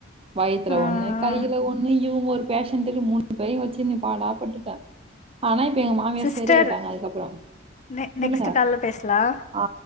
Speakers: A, on the right (about 25°); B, on the left (about 35°).
A: வய்த்துல
B: ஆ
A: ஒன்னு கையில
B: ஆ
A: ஒன்னு இவுங்க ஒரு பேஷண்டுனு மூணு பேரையு வெச்சினு பாடாப்பட்டுட்டே ஆனா இப்ப எங்க மாமியார்
B: சிஸ்டர்
A: செரி ஆய்ட்டாங்க அதுக்கப்பறோ
B: நெ
A: சொல்லுங்க
B: நெக்ஸ்ட் கால்ல பேசலா
A: ஆ